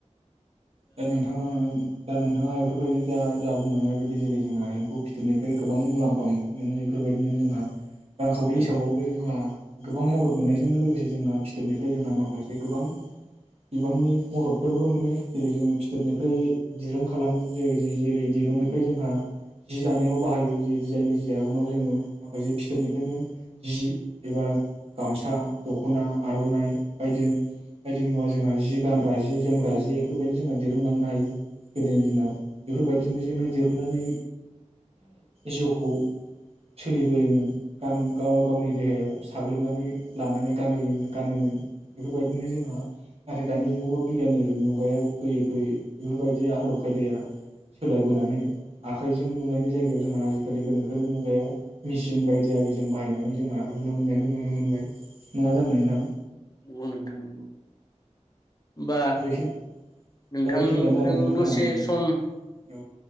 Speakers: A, on the right; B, on the left.
A: दा नोंथांङा दा नोंथांङा एफोरबायदि दा जा बुंलांनाय बायदि जेरै जोंहा एम्फौ फिथोबनिफ्राय गोबां मुलाम्फाम मोनो एफोरबायदिनो जोंहा रांखावरि
B: उम
A: हिसाबावबो जोंहा गोबां मदद मोननायजों लोगोसे जोंहा फिथोबनिफ्राय जोंहा माखासे गोबां बिबांनि मददफोरबो मोनो। जेरै जोङो फिथोबनिफ्राय दिरुं खालामो जेरै जि जेरै दिरुंनिफ्राय
B: उम
A: जोंहा जि दानायाव बाहायो जि जायनि जिया उनाव जोङो माखासे फिथोबनिफ्रायनो जि एबा गामसा दखना आरनाइ बायदि बायदि मुवा जोंहा जि गानग्रा जि जोमग्रा जि बेफोरबायदि जोंहा दिरुंलांनो हायो गोदोनि दिनाव बेफोरबायदिनो दिरुंनानै जिउखौ सोलिबोयोमोन गान गाव-गावनि देहायाव साग्लोबनानै लानानै गानहोयोमोन गानोमोन बेफोरबायदिनो जोंहा नाथाय दानि जुगावबा बिगियानोरि मुग मुगायाव फैयै फैयै बेफोरबायदि आदब खायदाया सोलायबोनानै आखाइजों लुनायनि जायगायाव जोंहा आजिखालि गोनोखोआरि मुगायाव मेसिन बायदि आरिजों बाहायनानै जोंहा लुनो मोननायखौ नुनो मोनबाय। नङा जानो नोंथां।
B: अ नों थां गो होमबा
A: दा बेखि
B: नोंथांजों
A: दा बेखिनियानो आरो नोंथांना
B: दसे
A: औ
B: सम
A: औ